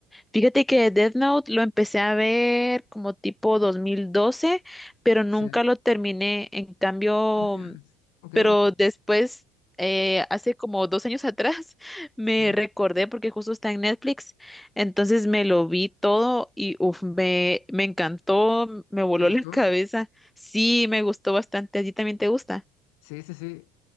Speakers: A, in the centre; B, on the left.
A: Fíjate que Death Note lo empecé a ver como tipo 2012, pero nunca
B: Sí.
A: lo terminé. En cambio,
B: No llegas.
A: mm,
B: Ok,
A: pero después, eh, hace como dos años atrás, <laughs> me
B: sí.
A: recordé porque justo está en Netflix. Entonces me lo vi todo y uf, me, me encantó, me voló
B: ¿Te gustó?
A: la <laughs> cabeza. Sí, me gustó bastante. ¿A ti también te gusta?
B: Sí, sí, sí.